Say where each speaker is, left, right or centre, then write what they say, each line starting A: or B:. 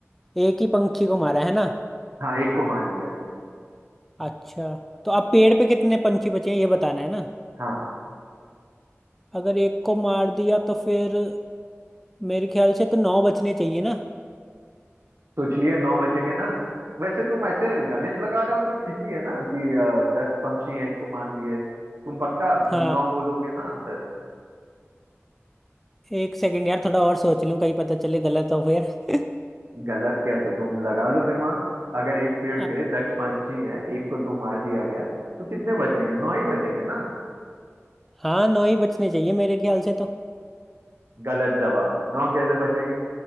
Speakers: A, in the centre; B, on the right.
A: एक ही पंछी को मारा है ना
B: हाँ एक को मार दिया है
A: अच्छा तो अब पेड़ पे कितने पंछी बचे हैं ये बताना है ना
B: हाँ
A: अगर एक को मार दिया तो फिर मेरे ख्याल से तो नौ बचने चाहिए ना
B: सोच लिए नौ बचेंगे ना वैसे तुम ऐसे गणित लगा रहे हो तो ठीक ही है ना कि अ, दस पंक्षी हैं एक को मार दिए तुम पक्का
A: हाँ
B: नौ बोलोगे ना आंसर
A: एक सेकंड यार थोड़ा और सोच लूं कहीं पता चले गलत हो फिर <laughs>
B: गलत क्या तो तुम लगा लो दिमाग अगर एक पेड़
A: अब-
B: पे दस पंक्षी हैं एक को तो मार दिया गया तो कितने बचेंगे नौ ही बचेंगे ना
A: हाँ नौ ही बचने चाहिए मेरे ख्याल से तो
B: गलत जवाब नौ कैसे बचेंगे